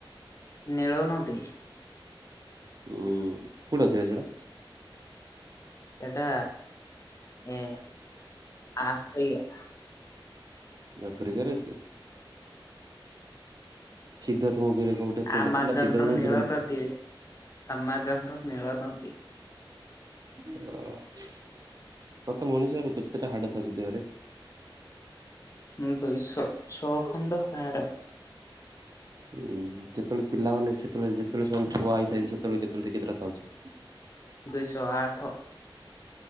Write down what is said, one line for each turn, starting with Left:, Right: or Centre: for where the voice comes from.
Left: ନୀଳନଦୀ।
Right: କୋଉଠି ଅଛିରେ ସେଇଟା?
Left: ସେଟା ଏ ଆଫ୍ରିକା।
Right: ଆଫ୍ରିକାରେ ଅଛି? ସିଦ୍ଧାର୍ଥ ମୁଭିରେ ଗୋଟେ କୋଉଟା
Left: ଆମାଜନର
Right: ଥିଲା ସିଦ୍ଧାର୍ଥ ମୁଭିରେ
Left: ନୀଳ
Right: ବି ଥିଲା।
Left: ନଦୀ। ଆମାଜନ୍ ର ନୀଳ ନଦୀ।
Right: ଓ ପ୍ରତ୍ୟେକ ମଣିଷର କେତେଟା ହାଡ ଥାଉଛି ଦେହରେ?
Left: ଉଁ ଦୁଇଶହ ଛଅ ଖଣ୍ଡ ହାଡ଼।
Right: ଉୁଁ ଯେତେବେଳେ ପିଲାମାନେ ସେତେବେଳେ ଯେତେବେଳେ ସେମାନେ ଛୁଆ ହେଇଥାନ୍ତି, ସେତେବେଳେ କେତେବେଳେ କେତେଟା ଥାଉଛି?
Left: ଦୁଇଶହ ଆଠ।